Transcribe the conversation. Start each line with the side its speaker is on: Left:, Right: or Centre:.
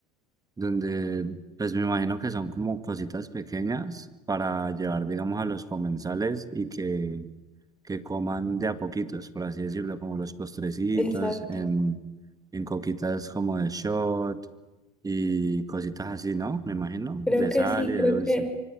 Right: donde pues me imagino que son como cositas pequeñas para llevar, digamos, a los comensales y que, que coman de a poquitos, por así decirlo, como los postrecitos,
Centre: Exacto.
Right: en, en coquitas como de shot y cositas así, ¿no? Me imagino,
Centre: Creo
Right: de
Centre: que
Right: sal
Centre: sí,
Right: y
Centre: creo
Right: de dulce.
Centre: que